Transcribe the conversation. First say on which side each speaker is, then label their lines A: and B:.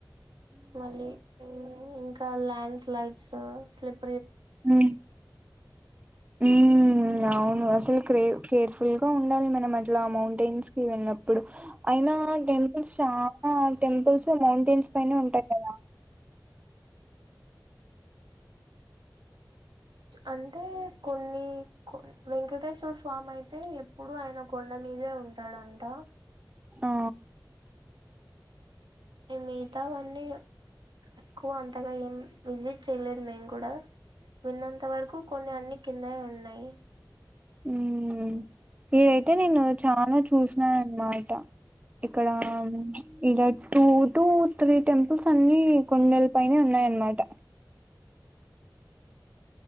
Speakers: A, on the right; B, on the right.
A: మళ్ళీ ఇంకా ల్యాండ్ స్లైడ్ సొ స్లిప్
B: హు హు అవును అసలు క్రేవ్ కేర్ఫుల్ గా ఉండాలి మనం అట్లా మౌంటైన్స్ కి వెళ్ళినప్పుడు అయినా టెంపుల్స్ చా ఆ టెంపుల్స్ <unintelligible> మౌంటైన్స్ పైనే ఉంటాయి కదా
A: అంటే కొన్ని వెంకటేశ్వర స్వామి అయితే ఎప్పుడు ఆయన కొండ మీదే ఉంటాడంట
B: ఆ
A: మిగతావన్నీ ఎక్కువ అంతగా ఏం విజిట్ చేయలేదు మేము కూడా విన్నంత వరకు కొన్ని అన్ని కిందనే ఉన్నాయి
B: ఉమ్ ఇదైతే నేను చాలా చూసినాను అన్నమాట ఇక్కడ ఇడ టూ టూ త్రీ టెంపుల్స్ అన్ని కొండల పైనే ఉన్నాయన్నమాట